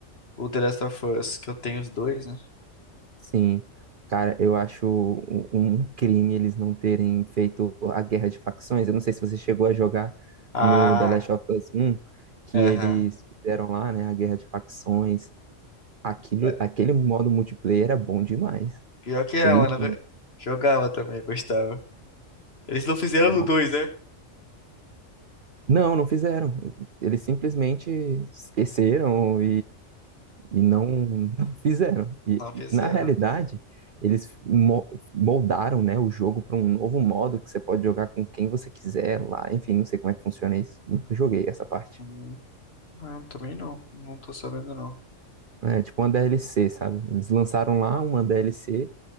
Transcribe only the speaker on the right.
Sim, cara, eu acho um, um crime eles não terem feito a guerra de facções. Eu não sei se você chegou a jogar
no The Last of Us um que
eles fizeram lá, né, a guerra de facções. Aquilo,
aquele modo multiplayer era bom demais.
Joguei
muito,
nossa.
Não, não fizeram. Eles simplesmente esqueceram e não, não fizeram. E,
e, na realidade, eles mo- moldaram, né, o jogo para um novo modo que você pode jogar com quem você quiser lá. Enfim, não sei como é que funciona isso. Nunca joguei essa parte.
É tipo uma DLC, sabe? Eles lançaram lá uma DLC